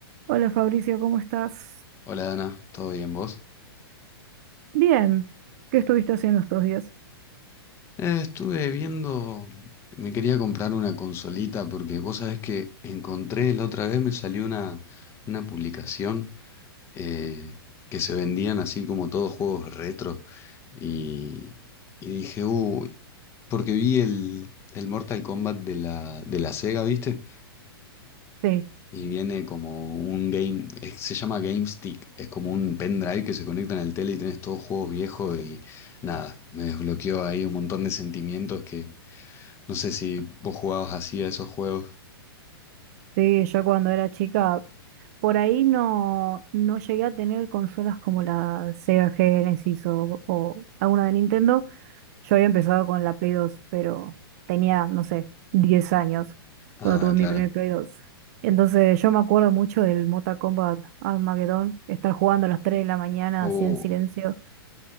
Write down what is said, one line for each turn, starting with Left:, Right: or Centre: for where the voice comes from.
Right: Hola Fabricio, ¿cómo estás?
Left: Hola Dana, ¿todo bien vos?
Right: Bien, ¿qué estuviste haciendo estos días?
Left: Eh, estuve viendo, me quería comprar una consolita porque vos sabés que encontré la otra vez, me salió una, una publicación eh, que se vendían así como todos juegos retro y, y dije, uy, porque vi el, el Mortal Kombat de la, de la Sega, ¿viste?
Right: Sí,
Left: Y viene como un game, es- se llama Game Stick, es como un pendrive que se conecta en el tele y tenés todos juegos viejos y nada, me desbloqueó ahí un montón de sentimientos que no sé si vos jugabas así a esos juegos.
Right: sí, yo cuando era chica, por ahí no, no llegué a tener consolas como la Sega Genesis o, o alguna de Nintendo. Yo había empezado con la Play dos, pero tenía, no sé, 10 años
Left: Ah,
Right: cuando tuve mi
Left: claro.
Right: primer Play dos. Entonces yo me acuerdo mucho del Mortal Kombat Armageddon, estar jugando a las tres de la mañana
Left: Oh,
Right: así en silencio.